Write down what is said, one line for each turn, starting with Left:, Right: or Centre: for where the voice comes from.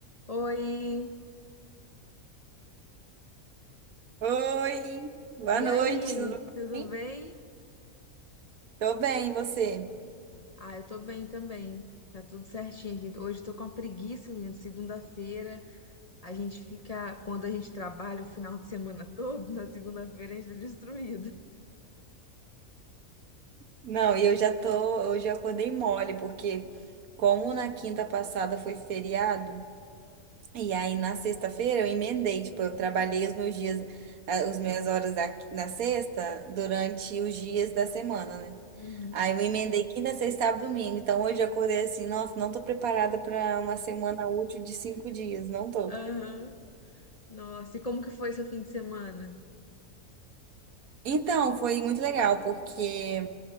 Left: Oi,
Right: Oi, boa
Left: e
Right: noite,
Left: aí?
Right: tudo
Left: Tudo
Right: bem?
Left: bem?
Right: Tô bem, e você?
Left: Ah, eu tô bem também. Tá tudo certinho aqui. Hoje eu tô com uma preguiça, menina. Segunda-feira, a gente fica. Quando a gente trabalha o final de semana <laughs> todo, na segunda-feira a gente tá destruído.
Right: Não, e eu já tô, eu já acordei mole, porque como na quinta passada foi feriado, e aí na sexta-feira eu emendei, tipo, eu trabalhei os meus dias, eh, os minhas horas da, na sexta durante os dias da semana, né?
Left: Uhum.
Right: Aí eu emendei quinta, sexta, sábado, domingo. Então hoje eu acordei assim, nossa, não tô preparada pra uma semana útil de cinco dias, não tô.
Left: Aham. Nossa, e como que foi seu fim de semana?
Right: Então, foi muito legal, porque